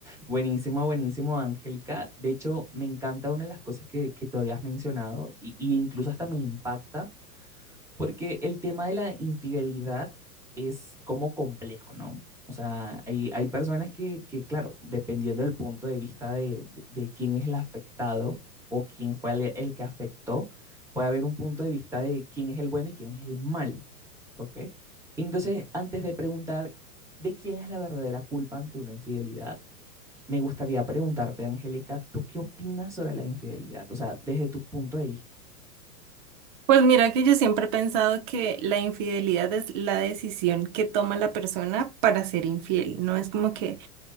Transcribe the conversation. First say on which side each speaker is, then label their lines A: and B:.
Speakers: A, in the centre; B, on the right (about 30°).
A: Buenísimo, buenísimo, Angélica. De hecho, me encanta una de las cosas que, que tú habías mencionado y, y incluso hasta me impacta, porque el tema de la infidelidad es como complejo, ¿no? O sea, hay, hay personas que, que, claro, dependiendo del punto de vista de, de- de quién es el afectado o quién fue el, el que afectó, puede haber un punto de vista de quién es el bueno y quién es el malo, ¿ok? Entonces, antes de preguntar de quién es la verdadera culpa ante una infidelidad, me gustaría preguntarte, Angélica, ¿tú qué opinas sobre la infidelidad? O sea, desde tu punto de vista.
B: Pues mira que yo siempre he pensado que la infidelidad es la decisión que toma la persona para ser infiel. No es como que